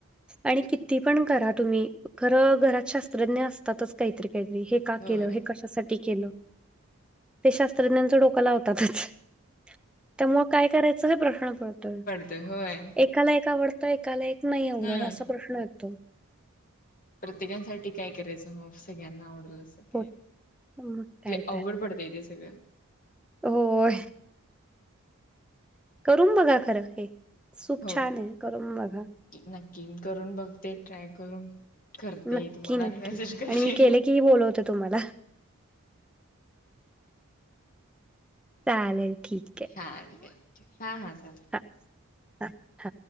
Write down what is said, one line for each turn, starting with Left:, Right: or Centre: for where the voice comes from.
Centre: आणि
Left: जेवण
Centre: किती पण करा तुम्ही... खरं, घरात शास्त्रज्ञ असतातच काहीतरी. त्यांनी हे का
Left: होय
Centre: केलं, हे कशासाठी केलं? ते शास्त्रज्ञांचं डोकं लावतातच. त्यामुळे काय करायचं हे प्रश्न पडतोय?
Left: ते व्हय.
Centre: एकाला एक आवडतं... एकाला एक नाही आवडत,
Left: हम्म
Centre: असा प्रश्न येतो.
Left: प्रत्येकांसाठी काय करायचं, हो सगळ्यांना आवडल असं काय...
Centre: हो मग काय
Left: लई अवघड
Centre: तर
Left: पड- वेगळं सगळं.
Centre: होय. करून बघा, खरं हे... सूप
Left: हो
Centre: छान ए... करून बघा.
Left: नक्की नक्की, मी करून बघते, ट्राय करून. करते
Centre: नक्की
Left: तुम्हाला
Centre: नक्की...
Left: आणि मेसेज करते
Centre: आणि मी केले की ही, बोलवते तुम्हाला. चालेल ठीक ए.
Left: हा ठिक ये... ठेवा, हां हां चालतंय.
Centre: हा हा हा